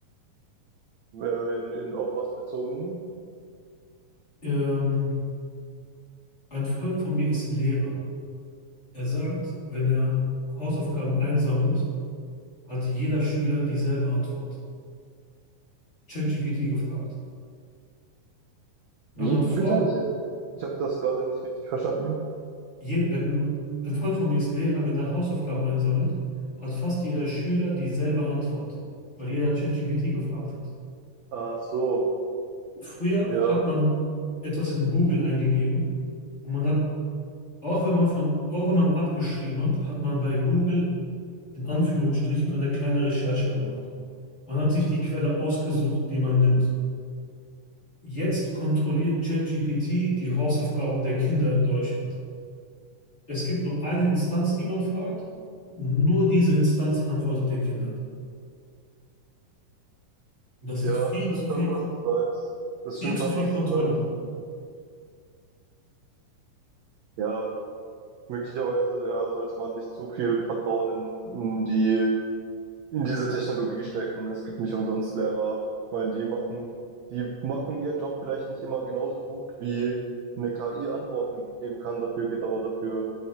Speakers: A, on the right; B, on the left.
A: Äh, In, in, auf was bezogen?
B: Ähm, ein Freund von mir ist Lehrer. Er sagt, wenn er Hausaufgaben einsammelt, hat jeder Schüler dieselbe Antwort. ChatGPT gefragt. Wenn
A: Wie,
B: man vor,
A: wie bitte? Ich, ich habe das gerade nicht richtig verstanden.
B: jed- wenn ein Freund von mir ist Lehrer, wenn er Hausaufgaben einsammelt, hat fast jeder Schüler dieselbe Antwort, weil jeder ChatGPT gefragt hat.
A: Ach so,
B: Früher
A: ja.
B: hat man etwas in Google eingegeben und man hat, auch wenn man von, auch wenn man abgeschrieben hat, hat man bei Google in Anführungsstrichen eine kleine Recherche gemacht. Man hat sich die Quelle ausgesucht, die man nimmt. Jetzt kontrolliert ChatGPT die Hausaufgaben der Kinder in Deutschland. Es gibt nur eine Instanz, die man fragt. Nur diese Instanz antwortet den Kindern. Und Das
A: Ja,
B: ist viel
A: das stimmt
B: zu
A: schon,
B: viel,
A: was
B: Ko-
A: du sagst. Das
B: viel
A: stimmt
B: zu
A: schon,
B: viel
A: was
B: Kontrolle.
A: du sagst. Ja, möglicherweise, ja, sollte man nicht zu viel Vertrauen in, in die in diese Technologie stecken. Es gibt nicht umsonst Lehrer. Ich meine, die machen, die machen ihren Job vielleicht nicht immer genauso gut, wie eine KI Antworten geben kann. Dafür geht aber dafür